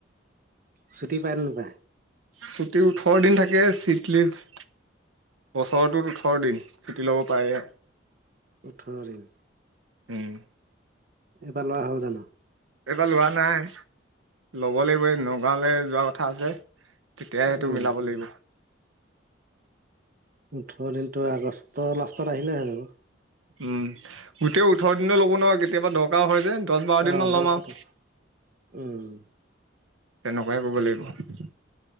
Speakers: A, on the right; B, on the right.
A: ছুটি পাই নেপাই।
B: ছুটি ওঠঁৰ দিন থাকে চিট লিভ বছৰটোত ওঠঁৰ দিন ছুটি ল'ব পাৰে।
A: ওঠঁৰ‌ দিন।
B: উম।
A: এইবাৰ লোৱা হ'ল জানোঁ।
B: এইবাৰ লোৱা নাই ল'ব লাগিব এই নগাঁৱলে যোৱা কথা আছে। তেতিয়াহে সেইটো
A: উম
B: মিলাব লাগিব।
A: ওঠঁৰ দিন তোৰ আগষ্ট লাষ্টত আহিলে হৈ যাব।
B: উম গোটেই ওঠঁৰ দিনে ল'ব নোৱাৰ কেতিয়াবা দ দৰকাৰ হয় যে দহ বাৰ
A: অ
B: দিনমান
A: <unintelligible>
B: ল'ম আৰু
A: উম
B: তেনেকুৱাই কৰিব লাগিব।